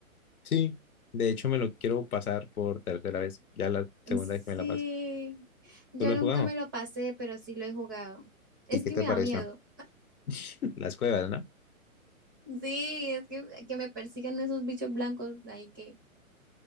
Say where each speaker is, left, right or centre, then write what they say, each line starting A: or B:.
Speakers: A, on the left (about 85°); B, on the right (about 15°).
A: sí, de hecho me lo quiero pasar por tercera vez, ya la segunda
B: Sí.
A: vez que me la paso.
B: Yo
A: ¿Tú lo
B: nunca
A: has jugado?
B: me lo pasé, pero sí lo he jugado. Es
A: ¿Y qué
B: que
A: te
B: me
A: pareció?
B: da miedo.
A: <laughs> Las cuevas, ¿no?
B: Sí, es que, que me persigan esos bichos blancos ahí que...